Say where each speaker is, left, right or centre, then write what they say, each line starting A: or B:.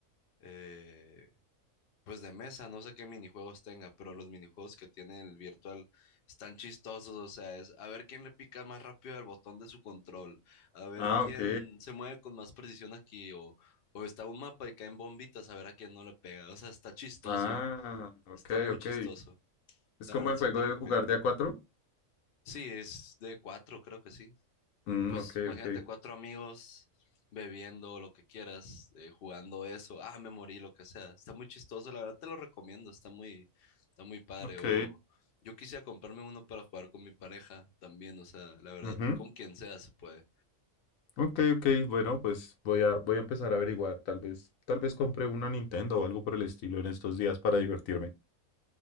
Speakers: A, on the left; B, on the left.
A: eh, pues de mesa, no sé qué minijuegos tenga, pero los minijuegos que tiene el virtual están chistosos, o sea, es a ver quién le pica más rápido al botón de su control, a ver
B: Ah,
A: quién
B: ok.
A: se mueve con más precisión aquí, o, o está un mapa y caen bombitas, a ver a quién no le pega, o sea, está chistoso,
B: Ah, ok,
A: está muy
B: ok.
A: chistoso,
B: Es
A: la
B: como
A: verdad
B: el
A: sí
B: juego
A: te recomiendo.
B: de jugar de a cuatro.
A: Sí, es de cuatro, creo que sí.
B: Mm,
A: Pues
B: ok,
A: imagínate
B: ok.
A: cuatro amigos bebiendo lo que quieras, eh, jugando eso, ah, me morí, lo que sea. Está muy chistoso, la verdad te lo recomiendo, está muy, está muy padre.
B: Ok.
A: O yo quisiera comprarme uno para jugar con mi pareja también, o sea, la verdad,
B: Ujú.
A: con quien sea se puede.
B: Ok, ok, bueno, pues voy a, voy a empezar a averiguar, tal vez, tal vez compre una Nintendo o algo por el estilo en estos días para divertirme.